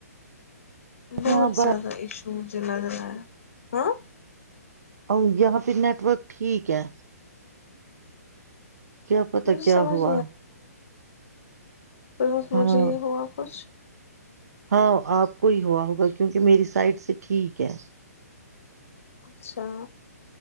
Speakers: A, on the right (about 70°); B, on the left (about 50°).
A: ورک
B: بہت
A: یہاں
B: زیادہ عشق رچ لگ رہا ہے ہاں
A: اور جاں پھر نیٹورک ٹھیک ہے کیا پتا
B: مجھے
A: کیا
B: سمجھ
A: ہوا
B: پلس مجھے
A: ہاں
B: یہ ہوا کچھ
A: ہاں آپ کو ہی ہوا ہوگا کیونکہ میری سائڈ سے ٹھیک ہے
B: اچھا